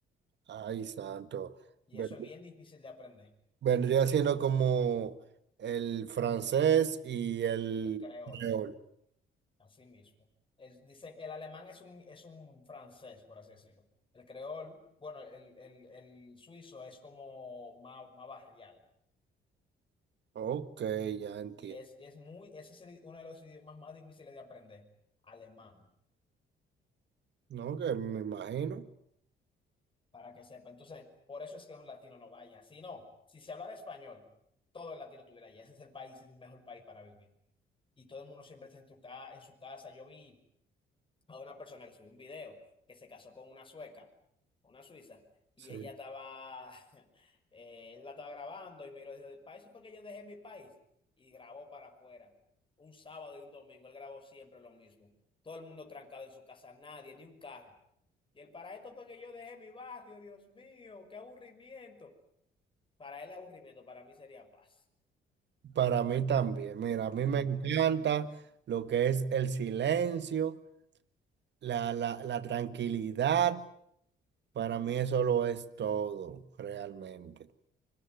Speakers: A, on the right (about 60°); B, on the left (about 25°).
A: ay, santo.
B: Y
A: Ven-
B: eso es bien difícil de aprender,
A: Vendría siendo como el francés y el
B: el creol,
A: creol.
B: así mismo. El, dice, el alemán es un, es un francés, por así decirlo. El creol, bueno, el, el, el suizo es como más, más barrial.
A: Ok, ya entiendo.
B: Y es, es muy, ese es el- uno de los idiomas más difíciles de aprender, alemán.
A: No, que me imagino.
B: para que sepa. Entonces, por eso es que un latino no vaya. Si no, si se hablara español, todo el latino tuviera allá. Ese es el país, es el mejor país para vivir. Y todo el mundo siempre está en, tu ca- en su casa. Yo vi a una persona que subió un video que se casó con una sueca, una suiza, y
A: Sí.
B: ella estaba, <laughs> eh, él la estaba grabando y miró y dice, para eso fue que yo dejé mi país. Y grabó para afuera. Un sábado y un domingo, él grabó siempre lo mismo. Todo el mundo trancado en su casa, nadie, ni un carro. Y el para esto fue que yo dejé mi barrio, Dios mío, qué aburrimiento. Para él aburrimiento, para mí sería paz.
A: Para mí también. Mira, a mí
B: Wow.
A: me encanta lo que es el silencio, la, la, la tranquilidad. Para mí eso lo es todo, realmente.